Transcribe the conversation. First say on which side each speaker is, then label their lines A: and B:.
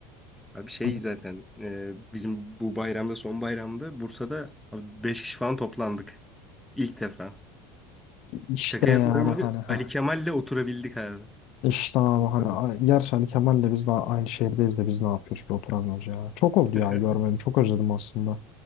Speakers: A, in the centre; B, on the left.
A: Abi şey
B: Hani
A: zaten e, bizim bu bayramda son bayramda Bursa'da abi 5 kişi falan toplandık. İlk defa.
B: işte
A: Şaka yapmıyorum
B: yani hani
A: abi.
B: ha.
A: Ali Kemal'le oturabildik abi.
B: İşte abi
A: Bursa'da.
B: hani a- gerçi hani Kemal'le biz daha aynı şehirdeyiz de biz ne yapıyoruz ki oturamıyoruz ya. Çok oldu
A: <laughs>
B: ya görmeyim çok özledim aslında.